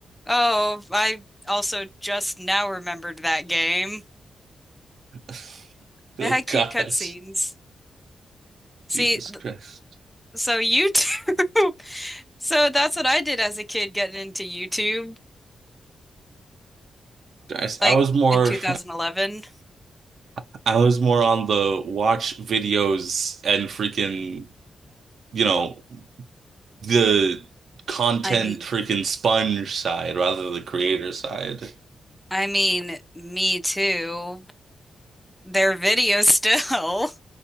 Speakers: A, in the centre; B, on the right.
A: Oh, I also just now remembered that game.
B: <laughs> Oh
A: It had
B: God.
A: cute cutscenes.
B: Jesus
A: See,
B: Christ.
A: th- so YouTube. <laughs> So that's what I did as a kid getting into YouTube.
B: Guys, I
A: like
B: was more
A: in 2011.
B: <laughs> I was more on the watch videos and freaking, you know, the content
A: I mean,
B: freaking sponge side rather than the creator side.
A: I mean, me too. Their videos still. <laughs>